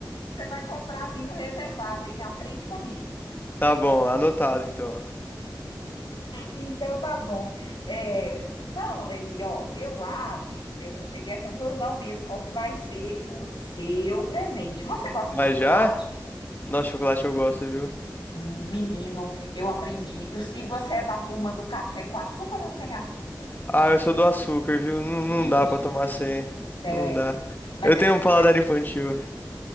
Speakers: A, on the left; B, on the left.
A: você vai comprar vinho reservado, hein? Aprende comigo.
B: Tá bom, anotado então.
A: Então tá bom. É, então, Levi, ó, eu acho que eu já cheguei à conclusão mesmo, qual que vai ser o seu presente. Você gosta
B: Mas
A: de chocolate?
B: já? Nossa, chocolate eu gosto, viu?
A: Hum, menino, eu aprendi. Eu- E você é da turma do café com açúcar ou sem açúcar?
B: Ah, eu sou do açúcar, viu? Não, não
A: Vixe.
B: dá pra tomar sem.
A: É,
B: Não dá.
A: mas
B: Eu
A: depois
B: tenho um paladar
A: que você,
B: infantil.